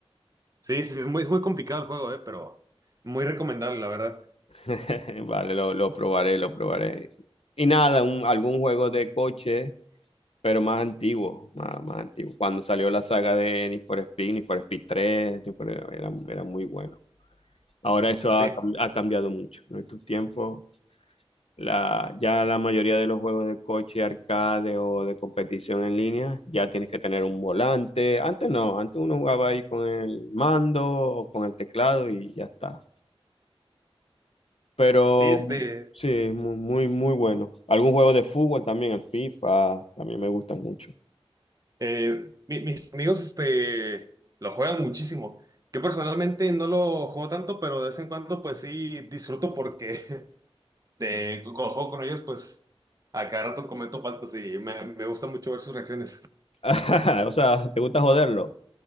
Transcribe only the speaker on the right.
Sí, sí, sí, es muy, es muy complicado el juego, eh, pero muy recomendable, la verdad.
Sí,
sí, este.
Eh, mi- mis amigos este, lo juegan muchísimo. Yo personalmente no lo juego tanto, pero de vez en cuando pues sí disfruto porque <laughs> de, cuando juego con ellos pues a cada rato cometo faltas y me, me gusta mucho ver sus reacciones.